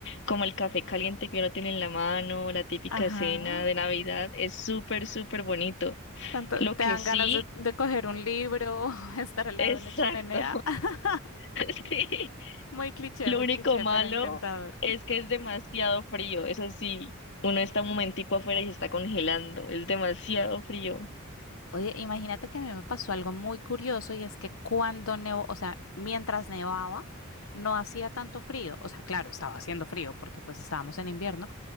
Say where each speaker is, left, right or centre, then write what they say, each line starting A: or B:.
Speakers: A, on the left (about 55°); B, on the left (about 70°).
A: como el café caliente que uno tiene en la mano, la típica
B: Ajá.
A: escena de Navidad, es súper, súper bonito.
B: Tanto,
A: Lo
B: te
A: que
B: dan
A: sí,
B: ganas de, de coger un libro, <laughs> estar al
A: exacto,
B: lado de una chimenea. <laughs>
A: <laughs> sí,
B: Muy cliché,
A: lo
B: muy
A: único
B: cliché,
A: malo
B: pero encantador.
A: es que es demasiado frío, eso sí, uno está un momentico afuera y se está congelando, es demasiado frío.
B: Oye, imagínate que a mí me pasó algo muy curioso y es que cuando nevó, o sea, mientras nevaba, no hacía tanto frío. O sea, claro, estaba haciendo frío porque pues estábamos en invierno,